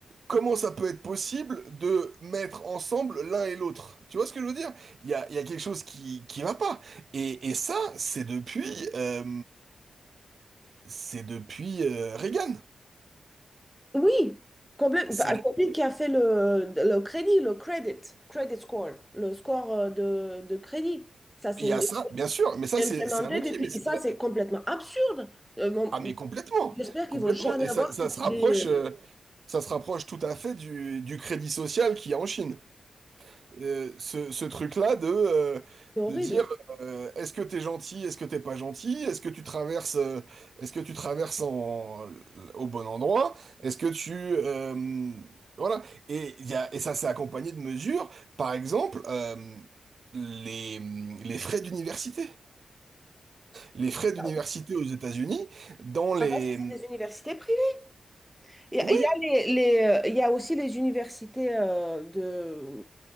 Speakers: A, on the right; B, in the centre.
A: comment ça peut être possible de mettre ensemble l'un et l'autre. Tu vois ce que je veux dire? Il y a, il y a quelque chose qui qui va pas. Et, et ça, c'est depuis euh, c'est depuis euh, Reagan.
B: Oui, complètement.
A: C'est
B: celui qui a fait le, le crédit, le credit, credit score, le score euh, de, de crédit, ça c'est
A: il y a ça, bien sûr, mais ça
B: implémenté
A: c'est c'est un outil,
B: depuis.
A: mais c'est
B: et ça,
A: de la-
B: c'est complètement absurde. Euh, bon,
A: ah mais complètement,
B: j'espère qu'ils
A: complètement.
B: vont jamais
A: Et
B: avoir
A: ça ça
B: cette
A: se
B: idée.
A: rapproche euh,
B: euh,
A: ça se rapproche tout à fait du du crédit social qu'il y a en Chine. Euh, ce, ce truc-là de, euh,
B: C'est horrible.
A: de dire euh, est-ce que t'es gentil, est-ce que t'es pas gentil, est-ce que tu traverses, euh, est-ce que tu traverses en, au bon endroit, est-ce que tu euh, voilà et, il y a- et ça s'est accompagné de mesures, par exemple euh, les, les frais d'université, les frais d'université
B: Ah, bon.
A: aux États-Unis dans les
B: Ah, parce que c'est des universités privées. Il y a,
A: oui
B: il y a les, les, euh, il y a aussi les universités euh, de,